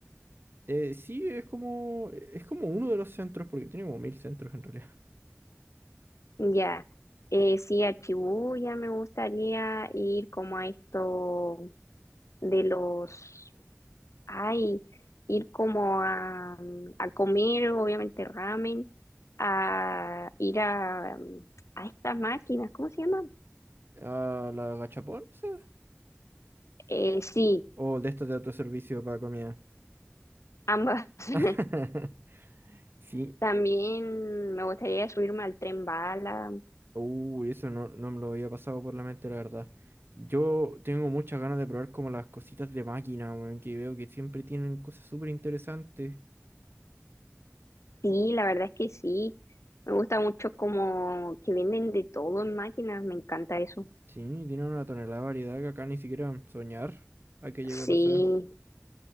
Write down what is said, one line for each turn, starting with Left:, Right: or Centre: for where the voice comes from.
Right: Eh, sí, es como, es como uno de los centros, porque tiene como mil centros en realidad.
Left: Ya, eh, sí, a Shibuya me gustaría ir como a esto de los, ay, ir como a, a comer, obviamente ramen, a ir a, a estas máquinas, ¿cómo se llaman?
Right: Ah, ¿la gachapón? esa?
Left: Eh, sí,
Right: ¿O de estas de autoservicio para comida?
Left: ambas. <laughs>
Right: <laughs> Sí.
Left: También me gustaría subirme al tren bala.
Right: Uy, eso no, no me lo había pasado por la mente, la verdad. Yo tengo muchas ganas de probar como las cositas de máquina, weón, que veo que siempre tienen cosas súper interesantes.
Left: Sí, la verdad es que sí. Me gusta mucho como que venden de todo en máquinas, me encanta eso.
Right: Sí, tienen una tonelada de variedad que acá ni siquiera soñar a que llegue
Left: Sí,
Right: a pasar.